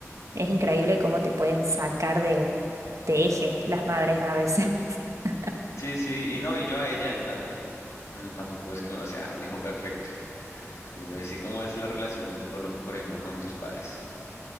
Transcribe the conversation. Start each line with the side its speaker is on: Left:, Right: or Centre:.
Right: Es increíble cómo te pueden sacar de, de eje las madres a veces. <laughs>
Left: Sí, sí, y no, y yo a ella, yo también. Mm, tampoco es que uno sea un hijo perfecto. Entonces, sí, ¿cómo es la relación tú, por, lo- por ejemplo, con tus padres?